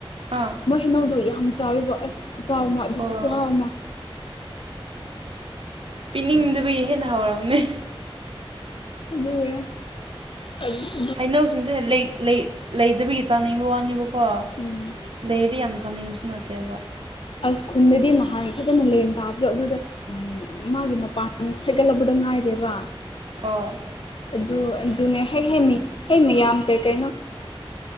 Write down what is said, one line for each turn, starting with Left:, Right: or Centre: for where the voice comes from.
Right: ꯑꯥ
Left: ꯃꯣꯏ ꯍꯩꯅꯧꯗꯣ ꯌꯥꯝ ꯆꯥꯎꯋꯦꯕ ꯑꯁ ꯈꯨꯆꯥꯎꯑꯃ ꯑꯗꯨꯁꯨ
Right: ꯑꯣ
Left: ꯈꯨꯍꯥꯎ ꯑꯃ
Right: ꯄꯤꯅꯤꯡꯗꯕꯒꯤ ꯍꯦꯟꯅ ꯍꯥꯎꯔꯝꯅꯦ
Left: ꯑꯗꯨꯒꯤꯔ ꯑꯗꯨ
Right: ꯍꯩꯅꯧꯁꯤꯡꯁꯦ ꯂꯩ ꯂꯩ ꯂꯩꯗꯕꯒꯤ ꯆꯥꯅꯤꯡꯕ ꯋꯥꯅꯦꯕꯀꯣ
Left: ꯎꯝ
Right: ꯂꯩꯔꯗꯤ ꯌꯥꯝ ꯆꯥꯅꯤꯡꯕꯁꯨ ꯅꯠꯇꯦꯕ
Left: ꯑꯁ ꯈꯨꯟꯗꯗꯤ ꯅꯍꯥꯟ ꯐꯖꯅ ꯂꯦꯟ ꯇꯥꯕꯗꯣ ꯑꯗꯨꯗ ꯃꯥꯒꯤ ꯃꯄꯥꯟ ꯁꯒꯠꯂꯛꯄꯗ ꯉꯥꯏꯔꯦꯕ
Right: ꯑꯣꯥ
Left: ꯑꯗꯨ ꯑꯗꯨꯅꯦ ꯍꯦꯛꯍꯦꯛꯃꯤ ꯍꯦꯛꯃꯤꯌꯥꯝ ꯀꯩ ꯀꯩꯅꯣ